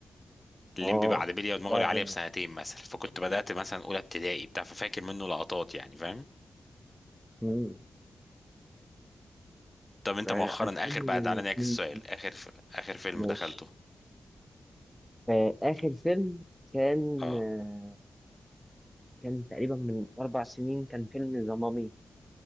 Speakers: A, on the left; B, in the centre.
A: الليمبي
B: اه
A: بعد بلية ودماغي
B: ده
A: عليا
B: ده
A: بسنتين مثلا فكنت بدأت مثلا اولى ابتدائي بتاع ففاكر منه لقطات يعني فاهم
B: مم.
A: طب انت
B: يعني
A: مؤخرا
B: 2002
A: اخر بقى تعالى نعكس السؤال اخر في... اخر فيلم
B: ماشي
A: دخلته
B: آه، آخر فيلم كان
A: اه
B: آه، كان تقريبا من أربع سنين كان فيلم ذا مامي